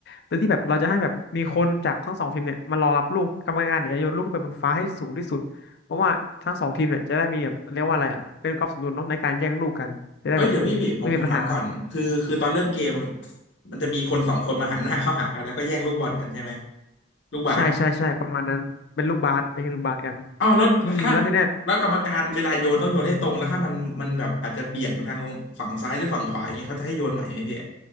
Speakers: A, on the left; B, on the left.
A: โดยที่แบบเราจะให้แบบมีคนจากทั้งสองทีมเนี่ยมารอรับลูกกรรมการเดี่ยวจะโยนลูกขึ้นไปบนฟ้าให้สูงที่สุดเพราะว่าทั้งสองทีมเนี่ยจะได้มีแบบเรียกว่าอะไรอ่ะเป็นความสมดุลเนาะในการแย่งลูกกันจะได้แบบไม่มีปัญหา
B: เอ้ยเดี๋ยวพี่พี่ผมผมถามก่อนคือคือตอนเริ่มเกมมันจะมีคนสองคนมาหันหน้าเข้าหากันแล้วก็แย่งลูกบอลกันใช่ไหมลูกบาส
A: ใช่ใช่ใช่ประมาณนั้นเป็นลูกบาสเป็นลูกบาสกกัน
B: อ๋อาวแล้วแล้วถ้า
A: อืมแล้วทีเนี้ย
B: แล้วกรรมการเวลาโยนต้องโยนให้ตรงแล้วถ้ามันมันแบบอาจจะเบี่ยงไปทางฝั่งซ้ายหรือฝั่งขวาอย่างเงี้ยเขาจะให้โยนใหม่ไหมพี่